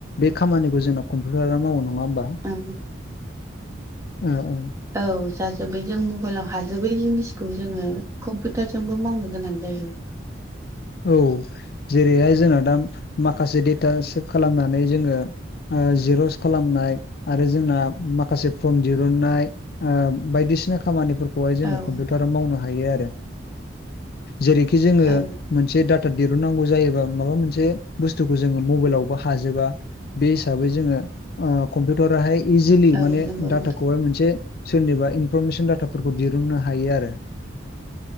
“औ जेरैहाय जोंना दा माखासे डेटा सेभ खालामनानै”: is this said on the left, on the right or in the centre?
Left